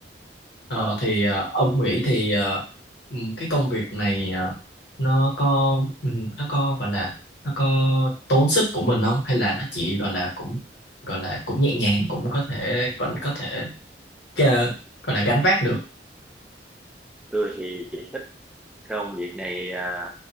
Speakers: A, on the left; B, in the centre.
A: Ờ,
B: ờ,
A: thì ờ, ông nghĩ thì ờ, ừ, cái công việc này ờ, nó có ừ, nó có gọi là nó có tốn sức của mình không hay là nó chỉ gọi là cũng gọi là cũng nhẹ nhàng cũng có thể vẫn có thể ờ, gọi là gánh vác được
B: tôi thì thích công việc này à,